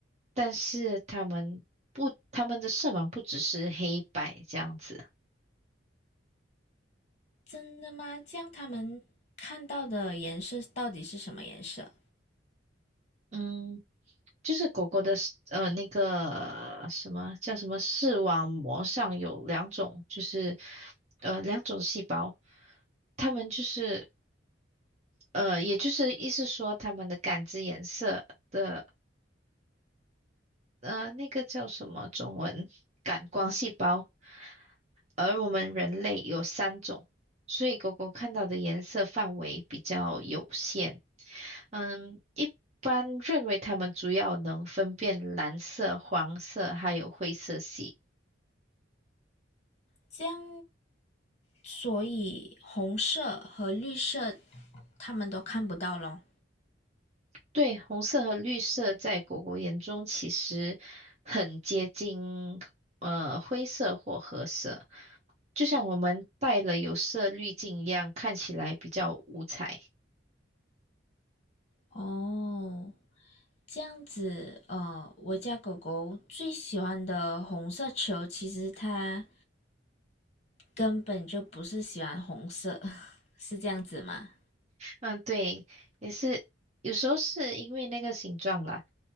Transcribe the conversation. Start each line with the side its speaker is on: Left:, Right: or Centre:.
Right: 但是它们不，它们的色盲不只是黑白这样子。
Left: 真的吗？这样它们看到的颜色到底是什么颜色？
Right: 嗯，就是狗狗的视呃那个什么叫什么视网膜上有两种，就是呃两种细胞，它们就是呃也就是意思说它们的感知颜色。的。呃，那个叫什么中文？感光细胞。而我们人类有三种，所以狗狗看到的颜色范围比较有限。嗯，一般认为它们主要能分辨蓝色、黄色还有灰色系。
Left: 这样，所以红色和绿色它们都看不到咯。
Right: 对，红色和绿色在狗狗眼中其实很接近，呃，灰色或褐色，就像我们戴了有色滤镜一样，看起来比较五彩。
Left: 哦，这样子，呃，我家狗狗最喜欢的红色球，其实它根本就不是喜欢红色，<laughs> 是这样子吗？
Right: 嗯，对，也是，有时候是因为那个形状啦，